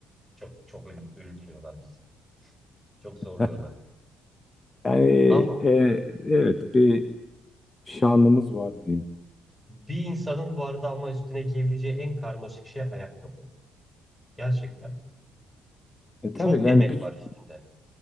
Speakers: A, in the centre; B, on the left (about 25°).
A: Çok çok öl- öldürüyorlar bizi. Çok zorluyorlar.
B: Heh. Yani
A: Ama
B: e, evet bir şanımız var diyeyim.
A: Bir insanın bu arada ama üstüne giyebileceği en karmaşık şey ayakkabı. Gerçekten.
B: E
A: Çok
B: tabii yani
A: emek
B: bir
A: var üstünde.